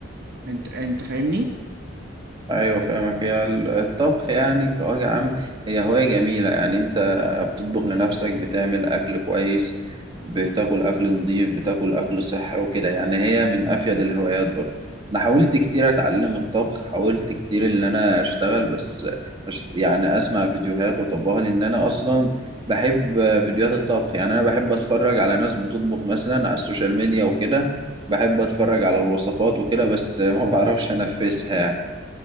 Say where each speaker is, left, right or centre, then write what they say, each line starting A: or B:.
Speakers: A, on the right; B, on the right.
A: انت انت فاهمني
B: ايوه فاهمك هي ال- الطبخ يعني كوجه عام هي هوايه جميله يعني انت بتطبخ لنفسك بتعمل اكل كويس بتاكل اكل نظيف بتاكل اكل صحي وكده يعني هي من افيد الهوايات برضه انا حاولت كتير اتعلم الطبخ حاولت كتير ان انا اشتغل بس أش- يعني اسمع فيديوهات واطبقها لان انا اصلا بحب فيديوهات الطبخ يعني انا بحب اتفرج على ناس بتطبخ مثلا على السوشيال ميديا وكده بحب اتفرج على الوصفات وكده بس <laughs> ما بعرفش انفذها يعني